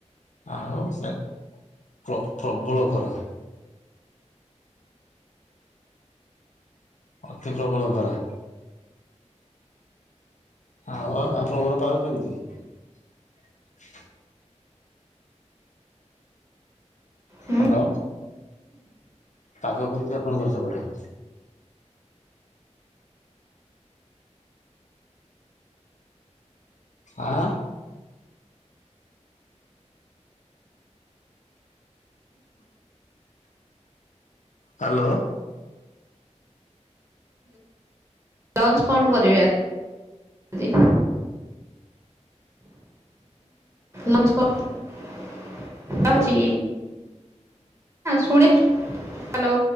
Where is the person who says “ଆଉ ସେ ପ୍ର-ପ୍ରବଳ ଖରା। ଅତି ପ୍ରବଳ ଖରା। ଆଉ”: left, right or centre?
Left